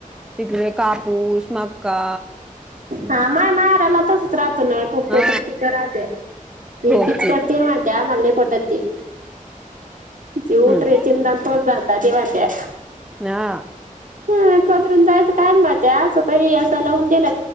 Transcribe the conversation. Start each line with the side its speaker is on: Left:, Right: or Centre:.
Centre: तिकडे कापूस, मक्का
Right: हा माय माहेरला तसच राहतो ना. ठोकटोकच
Centre: हा
Right: पिक राहते. हे
Centre: ठोकपीक
Right: किचकट ते म्हणत म्हत्या आम्हाला नाही पटत ते- ते उतरेयचे.
Centre: हम्म
Right: न तोच धंदा ते म्हणत्या.
Centre: हा
Right: ह कदरून जायचं काय म त्या तरी अस लावून दिला.